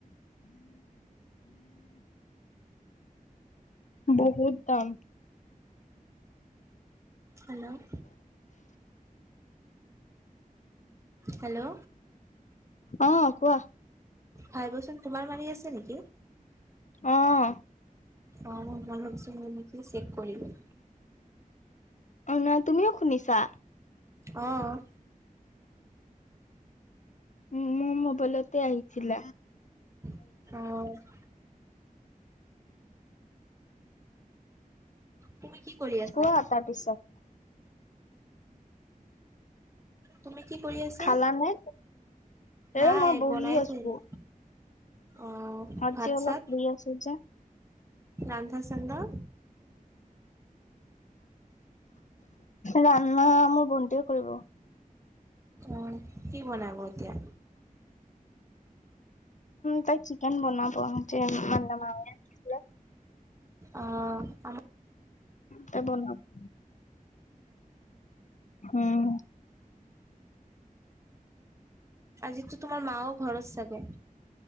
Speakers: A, on the left (about 55°); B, on the right (about 20°).
A: <inaudible> <inaudible> বহুত দাম।
B: হেল্ল'? হেল্ল'?
A: অ', কোৱা?
B: ভাইব্ৰেচন তোমাৰ মাৰি আছে নেকি?
A: আহ।
B: অ', মোৰ মই ভাবিছে মোৰ নেকি চেক কৰিলো।
A: অ', নাই তুমিও শুনিছা।
B: অ'।
A: উ, মোৰ মোবাইলতে আহিছিল।
B: অ'। তুমি কি কৰি আছা?
A: কোৱা তাৰপিছত
B: তুমি কি কৰি আছা?
A: খালানে এ
B: নাই,
A: মই বহি
B: বনাই
A: আছো
B: থৈ দিলোঁ। অ',
A: আজি
B: ভাত
A: অলপ
B: চাত,
A: ফ্ৰী আছো যে
B: ৰান্ধা সন্ধা
A: ৰান্ধা, মোৰ ভণ্টিয়ে কৰিব।
B: অ', কি বনাব এতিয়া?
A: তাই চিকেন বনাব। অ মন্দ মাৱেছিল <unintelligible>
B: অ', আহ।
A: ত ব ন <unintelligible> উম।
B: আজিতো তোমাৰ মাও ঘৰত চাগে